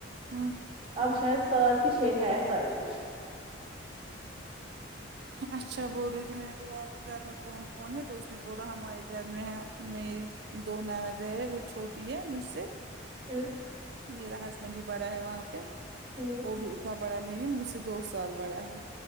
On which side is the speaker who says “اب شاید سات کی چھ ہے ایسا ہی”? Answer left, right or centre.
Right